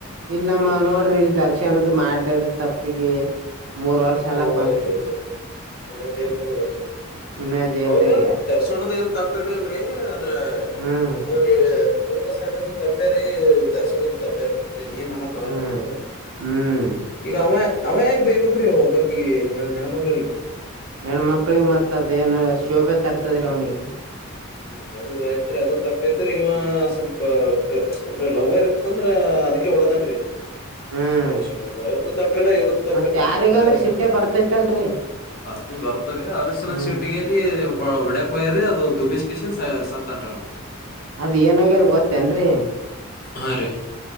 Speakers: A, on the right; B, on the left.
A: ಇಲ್ಲ ನಮ್ಮ ನೋಡ್ರಿ ಇಲ್ ದರ್ಶನದ ಮಾಡ್ಲಾರ ತಪ್ಪಿಗೆ ಮೂರ್ ವರ್ಷ ಸಾಲಾಕ್
B: ಹಾ ಹೋಗ್ಯೇನರಿ
A: ಬಂತ್ರಿ
B: ಜೈಲಗ ಇನ್ನಾ ಜೈಲ್ಗೆ ಹೋಗ್ಯನ್ರರಿ
A: ಇನ್ನ ಜೈಲ್ದಾಗ
B: ಅವ್ರದೆನ್
A: ಯಾರ್
B: ದರ್ಶನದ ಏನ್ ತಪ್ಪಿರ್ಲಲ್ರಿ ಅದ್ರ
A: ಹ್ಮ್
B: ಅವ್ರ ರೇಣುಕಾ ಸ್ವಾಮಿದು ತಪ್ಪೇರಿ ದರ್ಶನುದ ತಪ್ಪೇರಿ ಮತ್ತೆ ಏನ್ ಅನಕ್ ಬರಲ್ರರಿ
A: ಹ್ಮ್
B: ಈಗ
A: ಹ್ಮ್
B: ಈಗ ಅವ ಅವ ಯಾಕ ಬೈಬೇಕ್ರಿ ಒಬ್ಬ ಅಕಿ ಹೆಣ್ಣ ಮಗಳಿಗಿ
A: ಹೆಣ ಮಕ್ಳಿಗೆ ಮತ್ತ ಅದ್ ಏನ್ ಶೋಭೆ ತರ್ತದ್ರಿ ಅವ್ನಿಗೆ
B: ಹ್ಮ್ ಅದು ಯಾತ್ರಿ ಅದು ತಪ್ಪೈತಿರಿ ಇವ ಸ್ವಲ್ಪ ಅಂದ್ರೆ ಲವರ ಇತ್ತಂದ್ರ ಅದಕ್ಕೆ ಹೊಡದನರೀ
A: ಹ್ಮ್
B: ದರ್ಶನ್ ಅವ್ರ್ದ ತಪ್ಪ ತಪ್ಪಿಲ್ಲ ಇರುದ ತಪ್ಪಿಲ್ಲ
A: ಮತ್ ಯಾರಿಗಾದ್ರೂ
B: ಅಂದ್ರೆ
A: ಸಿಟ್ಟೆ ಬರ್ತೈತಲ್ರಿ
B: ಬರ್ತದ ಬರ್ತ್ರರಿ ಅದ್ರರ ಸಲಂದ
A: ಹ್ಮ್
B: ಶೀಟ್ಗೇರಿ ಹ್ಮ ವಡಕ್ಯಗರಿ ಅದು ದುಬಿಷ್ ಕೆಶಿನ್ ಸತ್ತನರಿ ಅವ
A: ಅದ್ ಏನಾಗ ಅದ್ ಗೊತ್ತೇನ್ರರಿ
B: ಹಾ ರೀ